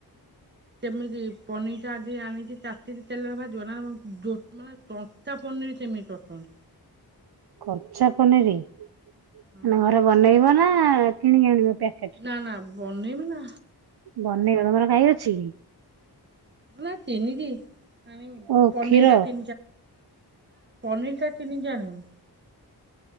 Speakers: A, on the right; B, on the right.
A: ଏମିତି ପନିର ଟା ଆଜି ଆଣିି ଚାତି ତେଲରେ ଭାଜିବ ନା ମାନେ ଟଙ୍କା ପନିର ସେମିତି <unintelligible> କ <unintelligible>
B: କଚା ପନିର ମାନେ
A: ହଁ
B: ଘରେ ବନେଇବ ନା କିଣିକି ଆଣିବ? ପ୍ୟାକେଟ?
A: ନା ନା ବନେଇବି ନା।
B: ବନେଇବ ତମର ଗାଇ ଅଛି?
A: ନା ତିିନିିବି ନା
B: ଓ
A: ପନିର
B: କ୍ଷୀର
A: ଟା କିଣି କି ଆଣିବି।